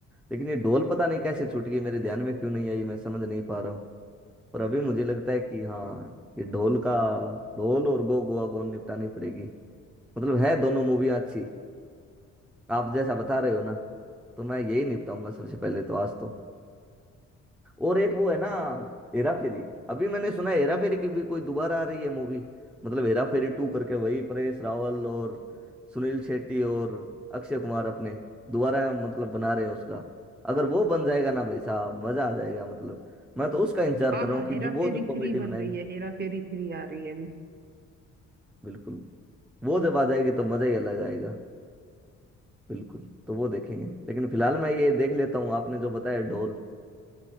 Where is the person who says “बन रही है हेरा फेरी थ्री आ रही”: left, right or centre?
Right